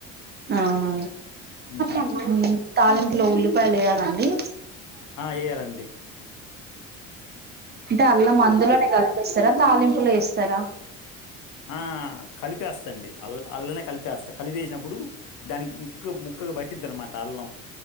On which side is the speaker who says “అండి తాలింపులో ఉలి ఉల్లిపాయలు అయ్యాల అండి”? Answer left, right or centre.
Right